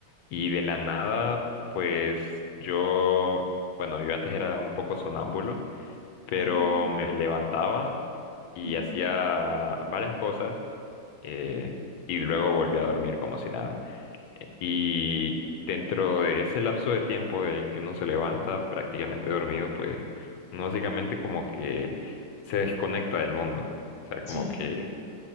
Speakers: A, on the left; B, on the right.
A: y de la nada, pues yo, bueno, yo antes era un poco sonámbulo, pero
B: Ah,
A: me levantaba y
B: ujú.
A: hacía varias cosas eh, y luego volvía a dormir como si nada. Y dentro de ese lapso de tiempo de que uno se levanta prácticamente dormido, pues uno básicamente como que se desconecta del mundo. O sea, como
B: Sí,
A: que,